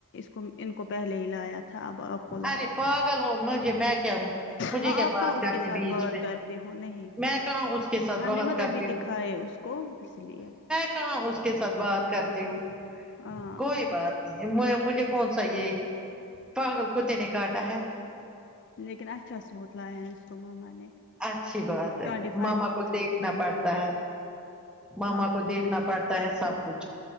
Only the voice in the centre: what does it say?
ارے پاگل ہو مجھے میں کیا مجھے
کیا
بات
کرنی
بیچ
میں
میں کہاں اس کے ساتھ
بات
کرتی
ہاں اس کے ساتھ بات کرتی ہوں
کوئی بات نہیں مجھے کون سای یہ پاگل کتے نے کاٹا ہے
اچھی بات
ہے
ماما
کو دیکھنا
پڑتا
ہے ماما
کو دیکھنا پڑتا ہے سب کچھ